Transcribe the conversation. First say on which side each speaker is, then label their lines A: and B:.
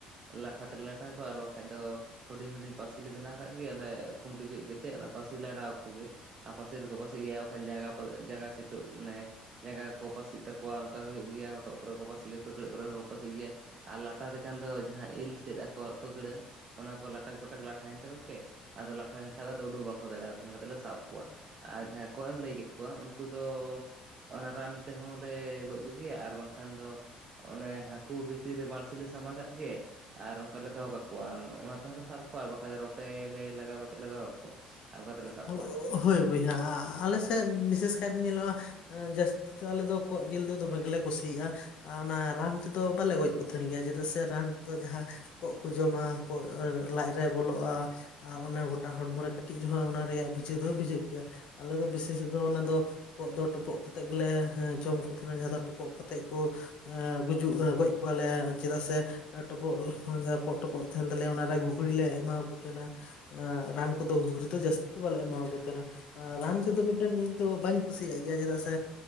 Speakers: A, on the right; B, on the left.
A: ᱞᱟᱴᱷᱟ ᱛᱮᱞᱮ ᱞᱟᱴᱷᱟ ᱠᱚᱣᱟ, ᱟᱨ ᱵᱟᱠᱟᱱᱡ ᱫᱚ ᱦᱩᱰᱤᱧ ᱦᱩᱰᱤᱧ ᱯᱟᱹᱥ ᱞᱮ ᱵᱮᱱᱟᱣ ᱠᱟᱫ ᱞᱮ ᱚᱱᱮ ᱠᱷᱩᱱᱴᱤ ᱵᱤᱫ ᱠᱟᱛᱮᱜ ᱚᱱᱟ ᱯᱟᱹᱤᱞ ᱞᱮ ᱚᱰᱟᱣ ᱠᱚᱜᱮ᱾ ᱟᱨ ᱯᱟᱥᱤ ᱨᱮᱠᱚ ᱯᱟᱹᱥᱤᱜ ᱜᱮᱭᱟ ᱵᱟᱠᱷᱟᱱ ᱡᱟᱸᱜᱟ ᱡᱟᱸᱜᱟ ᱥᱤᱛᱩᱜ ᱢᱟᱱᱮ ᱡᱟᱸᱜᱟ ᱠᱚᱠᱚ ᱯᱟᱹᱥᱤᱜ ᱛᱟᱠᱚᱣᱟ ᱚᱝᱠᱟ ᱦᱩᱭᱩᱜ ᱜᱮᱭᱟ, ᱦᱚᱴᱚᱜ ᱠᱚᱨᱮ ᱠᱚ ᱯᱟᱹᱥᱤᱜ ᱜᱮᱭᱟ ᱯᱷᱟᱹᱠᱲᱟᱹᱜ ᱠᱚᱨᱮ ᱦᱚᱸᱠᱚ ᱯᱟᱹᱥᱤᱜ ᱜᱮᱭᱟ᱾ ᱟᱨ ᱞᱟᱴᱟ ᱛᱮᱠᱷᱟᱱ ᱫᱚ ᱡᱟᱦᱟᱸ ᱤᱞ ᱛᱮᱜ ᱟᱠᱚᱣᱟᱜ ᱯᱷᱠᱲᱟᱹ ᱚᱱᱟ ᱠᱚ ᱞᱟᱴᱟᱠ ᱯᱟᱴᱟᱠ ᱞᱟᱴᱷᱟᱭᱮᱱ ᱛᱟᱠᱚ ᱜᱮ, ᱟᱫᱚ ᱞᱟᱴᱟᱭᱮᱱ ᱠᱷᱟᱱᱡ ᱟᱫᱚ ᱩᱰᱩ ᱵᱟᱝᱠᱚ ᱫᱟᱲᱮᱭᱟᱜᱼᱟ ᱥᱮᱱ ᱠᱟᱛᱮᱫ ᱞᱮ ᱥᱟᱵ ᱠᱚᱣᱟ᱾ ᱟᱨ ᱡᱟᱦᱟᱸᱭ ᱠᱚᱜ ᱮᱢ ᱞᱟᱹᱭ ᱠᱮᱫ ᱠᱚᱣᱟ ᱩᱱᱠᱩ ᱫᱚ ᱚᱱᱟ ᱨᱟᱱ ᱛᱮᱦᱚᱸ ᱞᱮ ᱜᱚᱡ ᱠᱚ ᱜᱮᱭᱟ ᱟᱨ ᱵᱟᱝᱠᱷᱟᱱ ᱫᱚ ᱚᱱᱮ ᱦᱟᱹᱠᱩ ᱵᱷᱤᱛᱤᱨ ᱨᱮ ᱵᱟᱹᱲᱥᱤ ᱞᱮ ᱥᱟᱵᱟᱣ ᱠᱟᱫ ᱜᱮ, ᱟᱨ ᱚᱱᱠᱟ ᱞᱮ ᱫᱚᱦᱚ ᱠᱟᱠᱚᱣᱟ ᱚᱱᱟ ᱛᱮᱦᱚᱸᱞᱮ ᱥᱟᱵ ᱠᱚᱣᱟ ᱟᱨ ᱵᱟᱠᱷᱟᱡ ᱨᱚᱴᱮ ᱞᱮ ᱞᱟᱜᱟᱣ ᱠᱟᱛᱮᱫ ᱞᱮ ᱫᱚᱦᱚ ᱠᱟᱠᱚᱣᱟ᱾ ᱟᱨ ᱚᱱᱠᱟ ᱠᱟᱛᱮᱫ ᱞᱮ ᱥᱟᱵ
B: ᱦᱳ
A: ᱠᱚᱣᱟ
B: ᱦᱳ ᱦᱳᱭ ᱵᱚᱭᱦᱟ ᱟᱞᱮ ᱥᱮᱫ ᱵᱤᱥᱮᱥ ᱠᱟᱭᱛᱮ ᱧᱮᱞᱚᱜᱼᱟ ᱡᱟᱹᱥᱛᱤ ᱫᱚ ᱟᱞᱮ ᱫᱚ ᱠᱚᱸᱜ ᱡᱤᱞ ᱫᱚ ᱫᱚᱢᱮ ᱜᱮᱞᱮ ᱠᱩᱥᱤᱭᱟᱜᱼᱟ᱾ ᱟᱨ ᱚᱱᱟ ᱨᱟᱱ ᱛᱮᱫᱚ ᱵᱟᱞᱮ ᱜᱚᱡ ᱠᱚ ᱛᱟᱦᱮᱸᱱ ᱜᱮᱭᱟ ᱪᱮᱫᱟᱜ ᱥᱮ ᱨᱟᱱ ᱫᱚ ᱡᱟᱦᱟᱸ ᱠᱚᱸᱜ ᱠᱚ ᱡᱚᱢᱟ ᱠᱚᱸᱜ ᱞᱟᱡ ᱨᱮ ᱵᱚᱞᱚᱜᱼᱟ, ᱟᱨ ᱚᱱᱮ ᱜᱚᱴᱟ ᱦᱚᱲᱢᱚᱨ ᱨᱮ ᱠᱟᱹᱴᱤᱡ ᱡᱟᱦᱟᱸ ᱚᱱᱟ ᱨᱮᱭᱟᱜ ᱵᱤᱡᱟᱹ ᱫᱚ ᱵᱤᱡᱟᱹᱜ ᱜᱮᱭᱟ ᱟᱞᱮ ᱫᱚ ᱵᱤᱥᱮᱥ ᱫᱚ ᱚᱱᱟ ᱫᱚ ᱠᱚᱜ ᱫᱚ ᱴᱚᱯᱚᱜ ᱠᱟᱛᱮᱜ ᱜᱮᱞᱮ ᱡᱚᱢ ᱠᱚ ᱛᱟᱦᱮᱸᱱᱟ, ᱡᱟᱦᱟᱸ ᱫᱚ ᱴᱚᱯᱚᱜ ᱠᱟᱛᱮᱜ ᱠᱚ ᱦᱮᱸ ᱜᱩᱡᱩᱜ ᱜᱚᱡ ᱠᱚᱣᱟᱞᱮ ᱪᱮᱫᱟᱜ ᱥᱮ ᱮ ᱴᱚᱯᱚᱜ ᱡᱟᱦᱟᱸ ᱠᱚᱸᱜ ᱴᱚᱯᱚᱜ ᱛᱟᱦᱮᱸᱱ ᱛᱟᱞᱮᱭᱟ ᱚᱱᱟᱨᱮ ᱜᱷᱩᱜᱽᱲᱤ ᱞᱮ ᱮᱢᱟ ᱠᱚ ᱛᱟᱦᱮᱸᱱᱟ᱾ ᱨᱟᱱ ᱠᱚᱫᱚ <inaudible> ᱛᱚ ᱡᱟᱹᱥᱛᱤ ᱫᱚ ᱵᱟᱞᱮ ᱮᱢᱟ ᱠᱚ ᱠᱟᱱᱟ ᱨᱟᱱ ᱛᱮᱫᱚ ᱢᱤᱫᱴᱮᱱ ᱱᱤᱧ ᱫᱚ ᱵᱟᱹᱧ ᱠᱩᱥᱤᱭᱟᱜ ᱜᱮᱭᱟ ᱪᱮᱫᱟᱜ ᱥᱮᱼᱼ